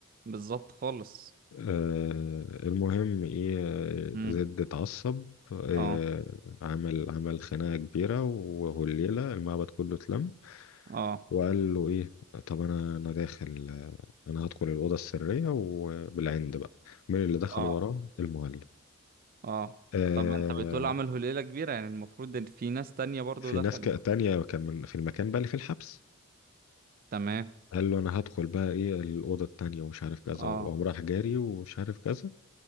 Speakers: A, on the right (about 40°); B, on the left (about 70°).
A: بالظبط خالص
B: آه، المهم ايه آه،
A: امم
B: زد اتعصب آه،
A: اه
B: عمل عمل خناقة كبيرة وهو الليلة المعبد كله اتلم
A: اه
B: وقال له ايه طب انا انا داخل آه، انا هدخل الأوضة السرية وبالعند بقى مين اللي دخل
A: اه
B: وراه المولد
A: اه
B: آه،
A: طب ما انت بتقول عملوا ليلة كبيرة يعني المفروض ان في ناس تانية برضو
B: في
A: دخلت
B: ناس ك- تانية كان من في المكان بقى اللي في الحبس
A: تمام
B: قال له انا هدخل بقى ايه الأوضة التانية ومش عارف كذا
A: اه
B: وقام راح جاري ومش عارف كذا